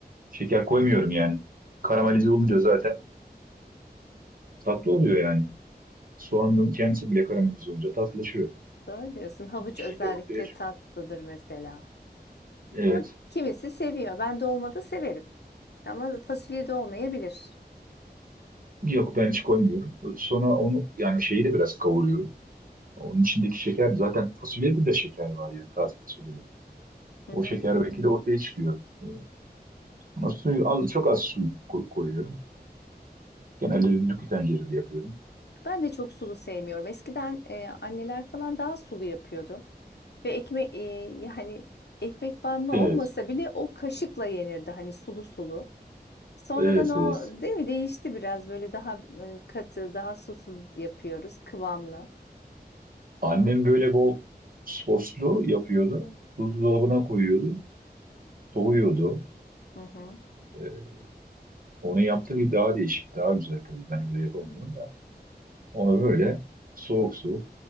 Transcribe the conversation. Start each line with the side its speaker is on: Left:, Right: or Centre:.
Right: Şeker koymuyorum yani. Karamelize
Left: Hı,
Right: olunca zaten Tatlı oluyor yani. Soğanın kendisi bile karamelize olunca tatlılaşıyor.
Left: doğru diyorsun. Havuç
Right: İçindeki
Left: özellikle
Right: şeker ortaya çıkıyor.
Left: tatlıdır mesela.
Right: Evet.
Left: Ama kimisi seviyor. Ben dolmada severim. Ama fasulye de olmayabilir.
Right: Yok ben hiç koymuyorum. Sonra onu yani şeyi de biraz kavuruyorum. Onun içindeki şeker zaten fasulyede de şeker var yani taze fasulyede.
Left: Hı
Right: O
Left: hı.
Right: şeker belki de Hmm. ortaya çıkıyor. Ee, Ama suyu az, çok az suyu ko- koyuyorum. Genelde düdüklü tencerede yapıyorum.
Left: Ben de çok sulu sevmiyorum. Eskiden e, anneler falan daha sulu yapıyordu. Ve ekmek yani ekmek banma
Right: Evet.
Left: olmasa bile o kaşıkla yenirdi. Hani sulu sulu. Sonradan
Right: Evet,
Left: o
Right: evet.
Left: değil mi değişti biraz böyle daha e, katı, daha susuz yapıyoruz, kıvamlı.
Right: Annem böyle bol soslu yapıyordu. Buzdolabına koyuyordu. Soğuyordu.
Left: Hı hı.
Right: Ee, Onun yaptığı bir daha değişik, daha güzel tabii. Ben öyle yapamıyorum da. Onu böyle soğuk soğuk